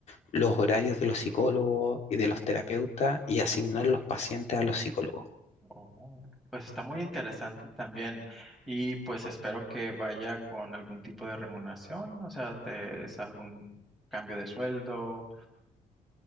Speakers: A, on the left; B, in the centre.
A: los horarios de los psicólogos y de los terapeutas y asignar los pacientes a los psicólogos.
B: Oh, pues está muy interesante también y pues espero que vaya con algún tipo de remuneración, o sea, te, es algún cambio de sueldo